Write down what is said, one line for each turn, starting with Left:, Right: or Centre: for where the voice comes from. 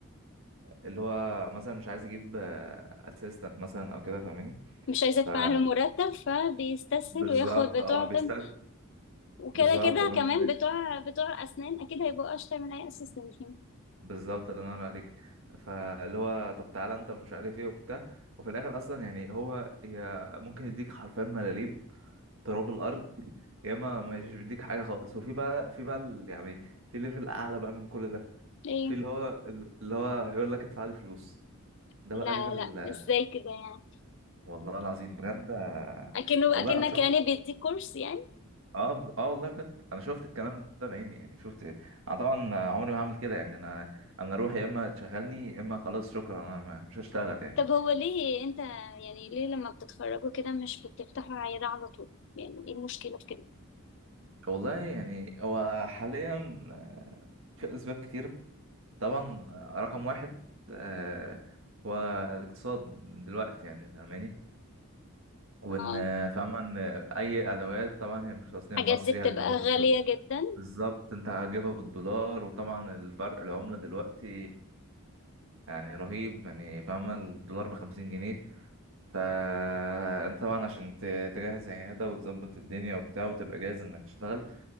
Right: اللي هو مثلا مش عايز يجيب اسيستنت مثلا او كده فاهماني
Left: مش عايزه
Right: ف
Left: ادفع له مرتب فبيستسهل
Right: بالظبط
Left: وياخد بتوع
Right: اه بيستخدم
Left: طب وكده
Right: بالظبط
Left: كده
Right: الله
Left: كمان
Right: ينور عليك
Left: بتوع بتوع اسنان اكيد هيبقوا اشطر من اي اسيستنت يعني
Right: بالظبط الله ينور عليك فاللي هو طب تعالى انت مش عارف ايه وبتاع وفي الاخر اصلا يعني هو يا ممكن يديك حرفيا ملاليم تراب الارض يا اما ما يديك حاجه خالص وفي بقى في بقى ال- يعني في ليفل اعلى بقى من كل ده
Left: ايه
Right: في اللي هو اللي هو يقول لك ادفع لي فلوس ده
Left: لا
Right: بقى ليفل
Left: لا ازاي كده يعني
Right: والله العظيم بجد
Left: اكنه
Right: والله
Left: اكنك
Right: انا شفت
Left: يعني بيديك كورس يعني
Right: اه اه والله بجد انا شفت الكلام ده بعيني يعني شفت انا طبعا عمري ما هعمل كده يعني انا انا اروح يا اما تشغلني يا اما خلاص شكرا انا ما- مش هشتغل يعني
Left: طب هو ليه انت يعني ليه لما بتتخرجوا كده مش بتفتحوا عيادة على طول يعني ايه المشكلة في كده
Right: والله يعني هو حاليا آه، في أسباب كتير طبعا آه، رقم واحد آه، هو الاقتصاد من دلوقتي يعني فاهماني وإن
Left: اه
Right: آه، فاهمة إن أي أدوات طبعا هي مش تصنيع
Left: الحاجات
Right: مصري
Left: دي بتبقى
Right: هتجيبها بالد...
Left: غالية جدا
Right: بالظبط أنت هتجيبها بالدولار وطبعا الفرق العملة دلوقتي يعني رهيب يعني فاهمة الدولار بخمسين جنيه فأنت طبعا عشان ت- تجهز عيادة وتظبط الدنيا وبتاع وتبقى جاهز إنك تشتغل